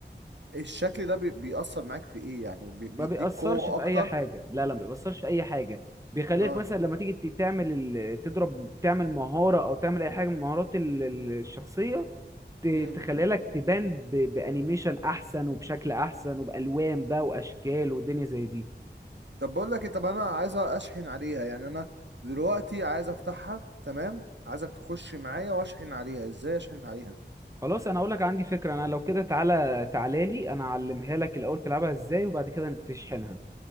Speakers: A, on the right (about 75°); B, on the right (about 15°).
A: الشكل ده بي... بيأثر معاك في ايه يعني بي... بيديك
B: ما بيأثرش
A: قوه
B: في
A: اكتر
B: اي حاجه لا لا ما بيأثرش في اي حاجه بيخليك
A: اه
B: مثلا لما تيجي ت- تعمل ال... تضرب تعمل مهاره او تعمل اي حاجه من مهارات ال- ال- الشخصيه ت-
A: امم
B: تخلي لك تبان ب... بانيميشن احسن وبشكل احسن وبالوان بقى واشكال ودنيا زي دي
A: طب بقول لك إيه، طب انا عايز اشحن عليها يعني انا دلوقتي عايز افتحها تمام عايزك تخش معايا واشحن عليها ازاي اشحن عليها
B: خلاص انا اقول لك عندي فكره انا لو كده تعالى تعالى لي انا اعلمها لك الاول تلعبها ازاي وبعد كده تشحنها